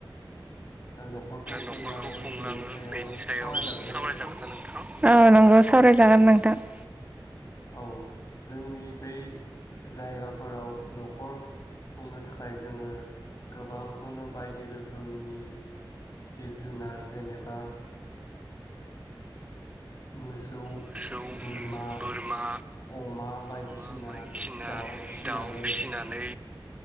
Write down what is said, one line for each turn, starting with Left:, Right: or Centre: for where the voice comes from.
Left: न'खरखौ खुंलाङो
Right: न'खरखौ खुंलाङो
Left: बेनि सायाव
Right: बेनि सायाव
Left: सावरायजागोन ना
Right: सावरायजागोन
Left: नोंथां
Right: ना नोंथां? सावरायजागोन नोंथां।
Left: औ जोंनि बै जायगा फोराव न'खर खुंनो थाखाय जोङो गोबांखौनो बायदि रोखोमनि जिब जुनार जेनेबा मोसौ
Right: मोसौ
Left: बोरमा
Right: बोरमा
Left: अमा बायदिसिना
Right: अमा बायदिसिना
Left: दाउ फिसिनानै
Right: दाउ फिसिनानै